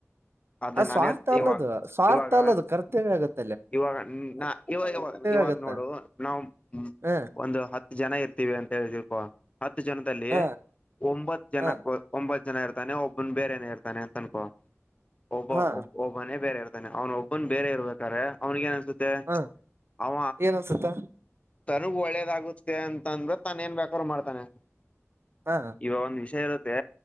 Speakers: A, on the left (about 25°); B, on the right (about 50°).
A: ಅದು
B: ಅ ಸ್ವಾರ್ಥ
A: ನಾನೇ
B: ಅಲ್ಲದು
A: ಇವಾಗ
B: ಸ್ವಾರ್ಥ
A: ಇವಾಗ
B: ಅಲ್ಲದು ಕರ್ತವ್ಯ ಆಗುತ್ತೆ
A: ಇವಾಗ ನಾ ಇವಾಗಾಗ ಇವಾಗ
B: ಆಗತ್ತ
A: ನೋಡು ನಾವ್ ಹ್ಮ
B: ಹ
A: ಒಂದು ಹತ್ತು ಜನ ಇರ್ತೀವಿ ಅಂತ ಹೋ ಹತ್ತು ಜನದಲ್ಲಿ
B: ಹ
A: ಒಂಬತ್ತು ಜನ
B: ಹ
A: ಒಂಬತ್ ಜನ ಇರ್ತಾನೆ ಒಬ್ಬನ್ ಬೇರೆನ ಇರ್ತಾನೆ ಅಂತ ಅನ್ಕೋ ಒಬ್ಬ
B: ಹಾ
A: ಒಬ್ಬ ಒಬ್ಬ ಒಬ್ನೇ ಬೇರೆ ಇರ್ತಾನೆ ಅವನ ಒಬ್ಬನು ಬೇ ಇಬೇಕಾರೆ ಅವ್ನಿಗೆ ಏನತ್ತೆ
B: ಹ
A: ತ್ತ ಅವ
B: ಏನ್ ಅನ್ಸುತ್ತ
A: ತನಗ್ ಒಳ್ಳೇದಾಗುತ್ತೆ ಅಂತ ಅಂದ್ರೆ ತಾನ ಏನ್ ಬೇಕಾದ್ರರು ಮಾಡ್ತಾನೆ
B: ಹಾ
A: ಇವ ಒಂದ ವಿಷಯ ಇರುತ್ತೆ